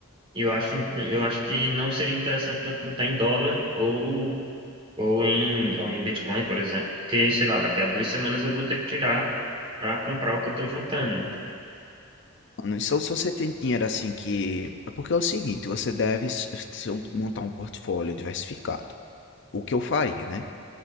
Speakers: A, on the right; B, on the left.
A: eu acho, eu acho que não seria interessante tanto botar em dólar ou ou em, ou em Bitcoin, por exemplo, porque, sei lá, daqui a duas semanas eu vou ter que tirar para comprar o que eu estou juntando, né?
B: Mano, só se você tem dinheiro assim que. É porque é o seguinte, você deve s- s- montar um portfólio diversificado. O que eu faria, né?